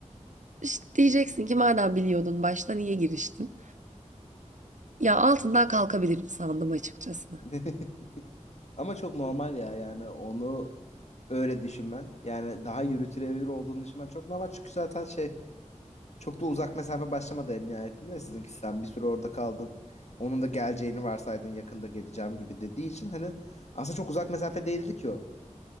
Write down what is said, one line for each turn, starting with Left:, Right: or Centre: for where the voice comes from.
Right: işte diyeceksin ki madem biliyordun başta niye giriştin? Ya altından kalkabilirim sandım açıkçası.
Left: <laughs> Ama çok normal ya yani onu öyle düşünmen. Yani daha yürütülebilir olduğunu düşünmen çok normal. Çünkü zaten şey çok da uzak mesafe başlamadı en nihayetinde. Sizinki sen bir süre orada kaldın. Onun da geleceğini varsaydın yakında geleceğim gibi dediği için hani aslında çok uzak mesafe değildi ki o